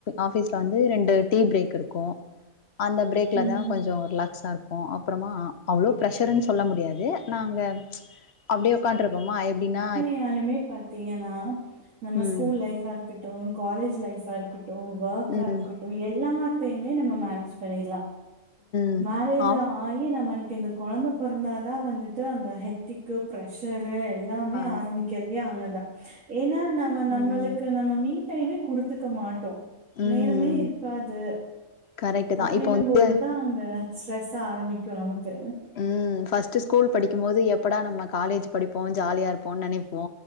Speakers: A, on the left; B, on the right.
A: ஆபீஸ்ல வந்து ரெண்டு டீ பிரேக் இருக்கும் அந்த பிரேக்கில
B: ம்
A: தான்
B: ம்
A: கொஞ்சம் ரிலாக்சா இருக்கும் ம் அப்பறமா அவ்வளோ பிரஷர்னு சொல்ல முடியாது நாங்க அப்படியே <unintelligible> எப்படினா
B: பாத்தீங்கனா நம்ம
A: ம்
B: ஸ்கூல் லைபா இருக்கட்டும் காலேஜ் லைபா இருக்கும் வொர்கா
A: ம்
B: ஆ இருக்கட்டும் எல்லாம் எப்பயுமே நம்ம மேனேஜ் பண்ணிடலா
A: ம்
B: மேரேஜ்
A: ஆஃப்
B: ஆகி நம்மன் இந்த கொழந்த பொறந்தாதா வந்துட்டு அந்த ஹெக்திக்கு பிரஷ் <unintelligible> எல்லாமே
A: ஆ
B: ஆரம்பிக்கிறதே அங்கதா ஏனா நம்ம நம்மளுக்கு
A: ம்
B: நம்ம மீ டைமே குடுத்துக்க மாட்டோ
A: ம்
B: நேரமே இருக்காது
A: கரெக்ட்டு தா
B: அப்டின்னம்
A: இப்போ வந்து
B: போதுதா அங்க ஸ்ட்ரெஸ் ஆரம்பிக்கு நமக்கு
A: ம் ஃபர்ஸ்ட் ஸ்கூல் படிக்கும் போது எப்படா நம்ம காலேஜ் படிப்போ ஜாலியா இருப்போன் நெனைப்போ